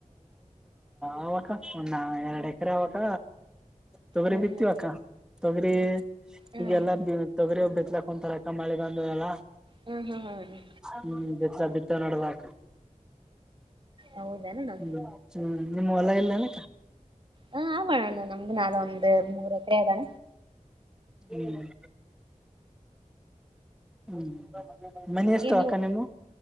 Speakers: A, in the centre; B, on the right.
A: ಆವಕ ಒ ನ ಎರಡು ಎಕ್ಕರೆ ಯವಕ ತೊಗರಿ
B: ಹ್ಮ್
A: ಬಿತ್ತವಕ್ಕ
B: ಹ್ಮ್
A: ತೊಗರಿ
B: ಹ್ಮ್
A: ಈಗಲ್ಲಾರ ತೊಗರಿ ಒಬ್ಬ ಇಲಕ್ಕ ಒಂತರಕ ಮಳಿ ಬಂದ ಎಲ್ಲಾ
B: ಹ್ಮ್ ಹ್ಮ್ ಹ್ಮ್
A: ಹ್ಮ್ ಬಿತ್ ಬಿತ್ತ ನೋಡಕ
B: ಹೌದನಣ್ಣ
A: ಹ್ಮ ಹ್ಮ ನಿಮ್ಮ ಹೊಲ ಇಲ್ಲ ಅನಕ್ಕ
B: ಹಾ ಆವಣಂದ ನಂಬ ನಾದ ಒಂದು ಮೂರ ಕದಾ
A: ಹ್ಮ್ ಹ್ಮ್ ಮನೆ ಎಷ್ಟು
B: ಏನ್ ನೀವು
A: ಅಕ್ಕ ನಿಮ್ಮ